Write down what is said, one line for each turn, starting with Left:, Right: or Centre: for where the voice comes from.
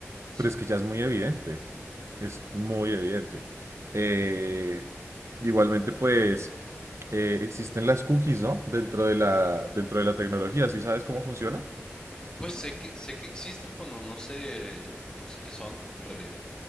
Left: sí.
Right: Pero es que ya es muy evidente. Es muy evidente. Eh, Igualmente, pues eh, existen las cookies, ¿no? Dentro de la, dentro de la tecnología, ¿sí sabes cómo funciona?
Left: Pues sé que sé que existen, pero no, no sé, no sé qué son en realidad.